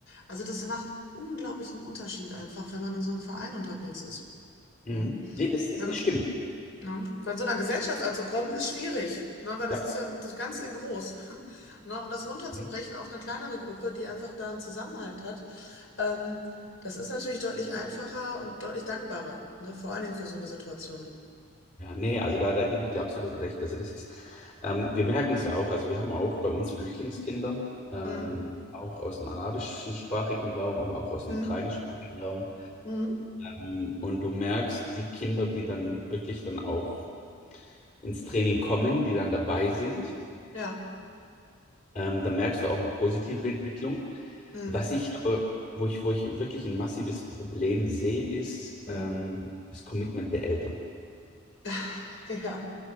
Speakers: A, on the left; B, on the left.
A: also das macht unglaublichen Unterschied einfach, wenn man in so einem Verein unterwegs ist.
B: Mhm.
A: Ne?
B: Nee, das, das,
A: Wenn,
B: das stimmt.
A: Ne? Von so einer Gesellschaft anzukommen, ist schwierig, ne? Weil das
B: Ja.
A: ist ja das Ganze in groß. <laughs> Ne? Und das runterzubrechen
B: Mhm.
A: auf eine kleinere Gruppe, die einfach da einen Zusammenhalt hat, ähm, das ist natürlich deutlich einfacher und deutlich dankbarer, ne? Vor allen Dingen für so eine Situation.
B: Ja, nee, also da, da gebe ich dir absolut recht. Also das ist, ähm, wir merken es ja auch, also wir haben auch bei uns Flüchtlingskinder, ähm,
A: Mhm.
B: auch aus dem arabischsprachigen Raum, aber auch aus dem
A: Mhm.
B: ukrainischsprachigen Raum.
A: Mhm.
B: Ähm, und du merkst die Kinder, die dann wirklich dann auch ins Training kommen, die dann dabei sind.
A: Ja.
B: Ähm, da merkst du auch eine positive Entwicklung.
A: Mhm.
B: Was ich aber, wo ich, wo ich wirklich ein massives Problem sehe, ist
A: Mhm.
B: ähm, das Commitment der Eltern.
A: <laughs> Ja.